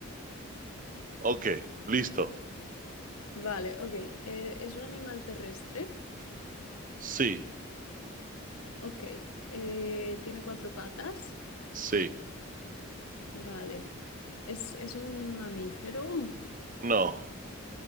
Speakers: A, on the right (about 35°); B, on the left (about 80°).
A: ok, listo.
B: Vale, ok. eh, ¿es un animal terrestre?
A: Sí,
B: Ok. eh, ¿tiene cuatro patas?
A: sí,
B: Vale. ¿Es, es un mamífero? <laughs>
A: no,